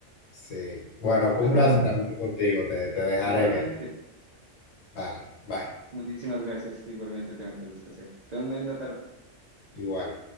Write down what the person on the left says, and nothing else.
Sí. Bueno, fue
un placer
hablar contigo. Te, te dejaré
que... Vale, bye.
Igual.